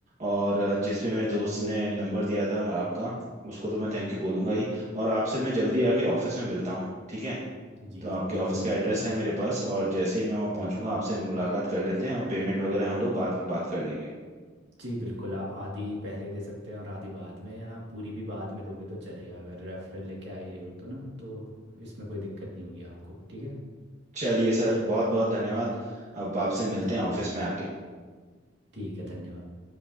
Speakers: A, on the right; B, on the right.
A: और जिसमें मेरे दोस्त ने नंबर दिया था आपका उसको तो मैं थैंक यू बोलूंगा ही और आपसे मैं जल्दी आके ऑफिस में मिलता हूँ ठीक है
B: जी
A: तो आपके
B: जी बिल्कुल
A: ऑफिस
B: मिलिए
A: का एड्रेस है मेरे पास और जैसे ही मैं वहाँ पहुंचूंगा
B: जी जी
A: आपसे मुलाकात कर लेते हैं और पेमेंट वगैरह हम लोग बाद में बात कर लेंगे
B: जी बिल्कुल आप आधी पहले दे सकते हैं और आधी बाद में या आप पूरी भी बाद में दोगे तो चलेगा अगर रेफरल लेके आ ही रहे हो तो ना तो इसमें कोई दिक्कत नहीं होगी आपको ठीक है
A: चलिए सर बहुत बहुत धन्यवाद अब आपसे मिलते
B: धन्यवाद
A: हैं ऑफिस में आके
B: ठीक है धन्यवाद